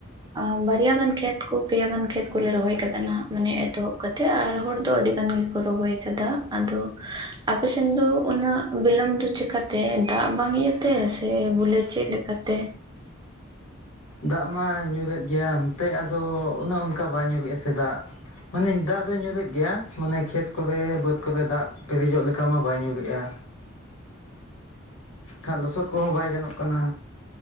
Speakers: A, on the right (about 20°); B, on the left (about 90°).
A: ᱟᱸ ᱵᱟᱨᱭᱟ ᱜᱟᱱ ᱠᱷᱮᱛ ᱠᱚ ᱯᱮᱭᱟ ᱜᱟᱱ ᱠᱷᱮᱛ ᱠᱚᱞᱮ ᱨᱚᱦᱚᱭ ᱱᱟᱦᱟᱜ ᱢᱟᱱᱮ ᱮᱛᱚᱦᱚᱵ ᱠᱟᱛᱮᱜ ᱟᱨ ᱦᱚᱲ ᱫᱚ ᱟᱹᱰᱤ ᱜᱟᱱ ᱜᱮ ᱠᱚ ᱨᱚᱦᱚᱭ ᱠᱟᱫᱟ ᱟᱫᱚ᱾ ᱟᱯᱮᱥᱮᱱ ᱫᱚ ᱩᱱᱟᱹᱜ ᱵᱤᱞᱚᱢ ᱫᱚ ᱪᱮᱠᱟᱛᱮ ᱫᱟᱜ ᱵᱟᱝ ᱤᱭᱟᱹᱛᱮ ᱥᱮ ᱵᱚᱞᱮ ᱪᱮᱫ ᱞᱮᱠᱟᱛᱮ?
B: ᱫᱟᱜ ᱢᱟᱭ ᱧᱩᱨᱮᱫ ᱜᱮᱭᱟ ᱮᱱᱛᱮ ᱟᱫᱚ ᱩᱱᱟᱹᱜ ᱚᱱᱠᱟ ᱵᱟᱭ ᱧᱩᱨᱩᱭᱮᱫᱼᱟ ᱥᱮ ᱫᱟᱜ᱾ ᱢᱟᱱᱮ ᱫᱟᱜ ᱫᱚᱭ ᱧᱩᱨᱮᱫ ᱜᱮᱭᱟ ᱢᱟᱱᱮ ᱠᱷᱮᱛ ᱠᱚᱨᱮ ᱵᱟᱹᱛ ᱠᱚᱨᱮ ᱫᱟᱜ ᱯᱮᱨᱮᱡᱚᱜ ᱞᱮᱠᱟ ᱢᱟ ᱵᱟᱭ ᱧᱩᱨᱮᱜᱼᱟ᱾ ᱠᱷᱟᱱ ᱞᱚᱥᱚᱫ ᱠᱚᱦᱚᱸ ᱵᱟᱭ ᱜᱟᱱᱚᱜ ᱠᱟᱱᱟ᱾